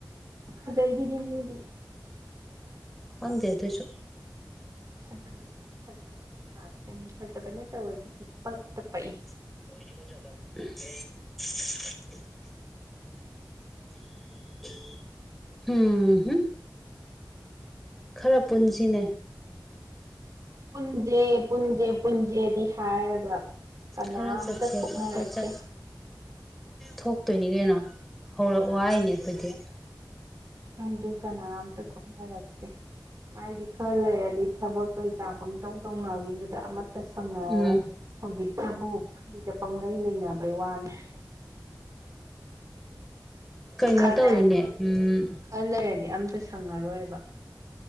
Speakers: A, on the right; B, in the centre.
A: ꯐꯖꯩꯗꯨꯗꯤ ꯃꯤꯗꯤ
B: ꯈꯪꯗꯦ ꯑꯗꯨꯏꯁꯨ
A: ꯐꯖꯕꯒꯤ ꯐꯖꯕꯒꯤ ꯉꯥꯛꯇꯅꯤ ꯐꯖꯕꯅ ꯇꯧꯔꯗꯤ ꯏꯄꯛꯇ ꯄꯛꯏ
B: <unintelligible> ꯍꯝꯝ ꯈꯔ ꯄꯨꯟꯁꯤꯅꯦ
A: ꯄꯨꯟꯁꯦ ꯄꯨꯟꯁꯦ ꯄꯨꯟꯁꯦꯗꯤ ꯍꯥꯏꯔꯒ ꯀꯅꯥꯝꯇ
B: ꯈꯔ ꯆꯠꯁꯦꯕ
A: ꯊꯣꯛꯅꯔꯛꯇꯦ
B: ꯀꯣꯏ ꯆꯠ ꯊꯣꯛꯇꯣꯏꯅꯤ ꯀꯩꯅꯣ ꯍꯧꯔꯛꯑꯣ ꯍꯥꯏꯅꯦ ꯑꯩꯈꯣꯏꯗꯤ
A: ꯑꯗꯨ ꯀꯅꯥꯝꯇ ꯊꯣꯛꯅꯔꯛꯇꯦ ꯍꯥꯏꯗꯤ ꯈꯔ ꯂꯩꯔꯗꯤ ꯊꯕꯛ ꯀꯩ ꯀꯥꯞꯐꯝ ꯧ ꯇꯧꯅꯈꯤꯕꯗ ꯑꯃꯠꯇ ꯁꯪꯅꯔꯔꯣꯏ
B: ꯎꯝ
A: ꯍꯧꯖꯤꯛꯇ ꯊꯕꯨ ꯄꯩ ꯂꯩꯅꯕꯩ ꯋꯥꯅꯤ
B: ꯀꯩꯅꯣ
A: ꯈꯔ
B: ꯇꯧꯋꯤꯅꯦ
A: ꯂꯩꯔꯗꯤ
B: ꯎꯝ
A: ꯈꯔ ꯂꯩꯔꯗꯤ ꯑꯝꯇ ꯁꯪꯉꯔꯣꯏꯕ